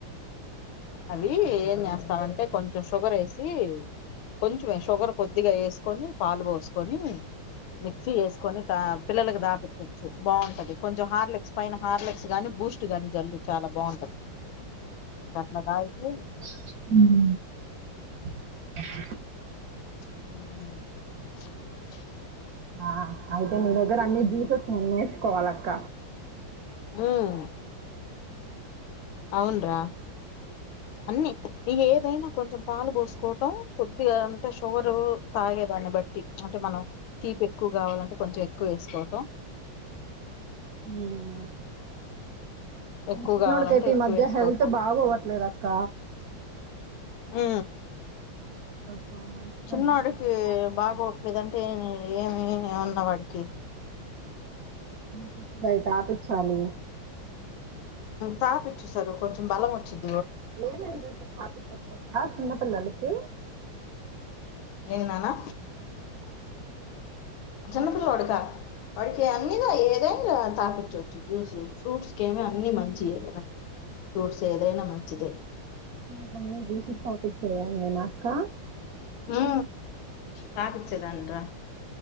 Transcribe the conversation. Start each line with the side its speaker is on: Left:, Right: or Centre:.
Left: అవి ఏం చేస్తాారంటే కొంచెం షుగర్ వేసి కొంచంే షుగర్ కొద్దిగా వేసి కొని పాలు పోసుకొని మిక్సి వేసుకొని దా పిల్లలకి దా బాగుంటది కొంచం హార్ లెక్స్ పైన హార్లెక్ గాని బూస్ట్ గాని చల్లు చాలా బాగుంటది గట్ల తాగితే
Right: అ
Left: అ
Right: ఆ ఆయితే నీ దగ్గర అన్నీ జ్యూసెస్ ము నేర్చుకోవాలక్క
Left: ఉమ్ అవున్రా అన్నిీ ఏదైనా కొంచెం పాలు పోసుకోవటం కొద్దిగా అంటే షుగర్ తాగేదాన్ని బట్టి అంటే మనం తీపి ఎక్కువ కావాలంటే కొంచెం ఎక్ క్కువ వేసుకోవటం
Right: ఉమ్
Left: ఎక్కువ
Right: మా షీన్నోడ్కైతే
Left: కావాలంటే ఎక్కువ
Right: ఈ మధ్య
Left: వేసుకోవటం
Right: హెల్త్ బాగవట్లేద అక్క
Left: ఆ
Right: కొంచెం మంచిగా
Left: చిన్నడికి
Right: జ్యూసెస్ అవి తాపించాలి
Left: బాగాోట్లేదంటే ఏమి ఉన్నవాడు క
Right: స బయట ఆపచ్చాలి
Left: తపిచ్చు సారు కొంచెం బలం వచ్చింది
Right: ఏమై చూస స్థాపించవచ్చక్క చిన్న పిల్లలకి
Left: ఏను నానా
Right: ఆ
Left: చిన్నపిల్ల వాడక వాడిక అన్నిగా ఏదైనా తాపచవచ్చు జ్యూస్ ఫ్రూట్స్కిమి అన్ని మంచియ కదా ఫ్రూట్స్ ఏదైనా మంచిదే
Right: దాన్నీ దూస స్థాపిస్తు నేను అక్క
Left: హ తగచ్చేదండరా